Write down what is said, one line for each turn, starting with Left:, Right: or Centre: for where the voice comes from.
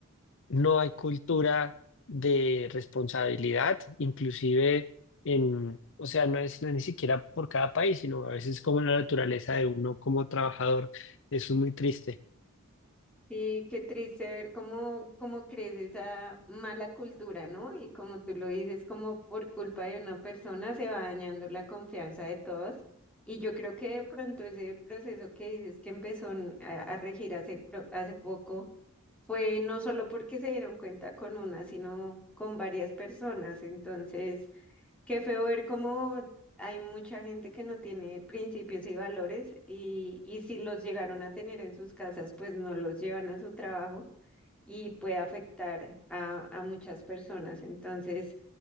Left: no hay cultura de responsabilidad, inclusive en, o sea, no es no es ni siquiera por cada país, sino a veces como la naturaleza de uno como trabajador. Eso es muy triste.
Centre: Sí, qué triste ver cómo, cómo crece esa mala cultura, ¿no? Y como tú lo dices, como por culpa de una persona se va dañando la confianza de todos. Y yo creo que de pronto ese proceso que dices que empezó en- a, a regir hace, pro- hace poco fue no solo porque se dieron cuenta con una, sino con varias personas. Entonces... Qué feo ver cómo hay mucha gente que no tiene principios y valores y, y si los llegaron a tener en sus casas, pues no los llevan a su trabajo y puede afectar a, a muchas personas. Entonces,